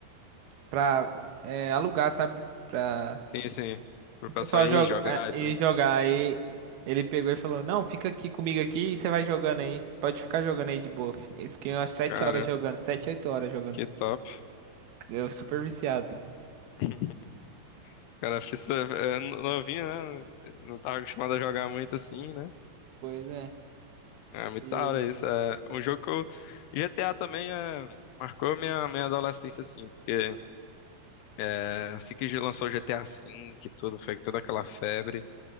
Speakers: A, on the right (about 75°); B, on the left (about 80°).
A: pra é, alugar, sabe? Pra
B: tem assim, pro
A: o
B: pessoal
A: pessoal
B: ir
A: joga,
B: jogar
A: é,
B: e
A: e
B: tudo.
A: jogar. Aí ele pegou e falou: Não, fica aqui comigo aqui e você vai jogando aí. Pode ficar jogando aí de boa. Eu fiquei umas sete
B: Caramba,
A: horas jogando, sete oito horas jogando.
B: que top.
A: Eu super viciado.
B: <laughs> Cara, fiz é, novinho, né? Não tava acostumado a jogar muito assim, né?
A: Pois é.
B: É muito
A: E...
B: da hora isso. É um jogo que eu... GTA também é, marcou minha, minha adolescência, assim, porque é, assim que lançou o GTA V e tudo, foi toda aquela febre.